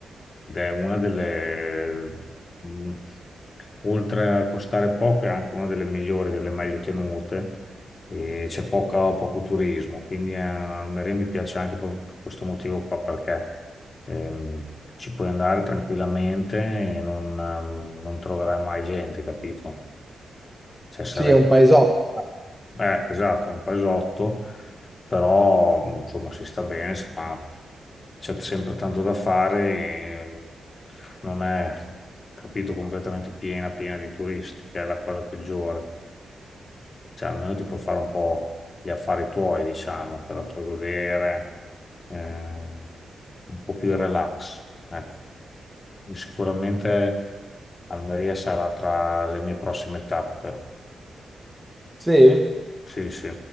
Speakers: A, on the left (about 35°); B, in the centre.
A: ed è una delle, mh, oltre a costare poco, è anche una delle migliori, delle meglio tenute. E c'è poca- poco turismo, quindi eh, Almeria mi piace anche per per questo motivo qua, perché ehm, ci puoi andare tranquillamente e non, ehm, non troverai mai gente, capito? Cioè, sarai
B: Sì, è un paesotto. dai.
A: eh, esatto, un paesotto, però insomma si sta bene, si fa- c'è sempre tanto da fare, e non è capito completamente piena, piena di turisti, che è la cosa peggiore. Cioè, almeno ti puoi fare un po' gli affari tuoi, diciamo, te la puoi godere, eh, un po' più relax. Ecco. Sicuramente Almeria sarà tra le mie prossime tappe.
B: Sì?
A: Sì, sì.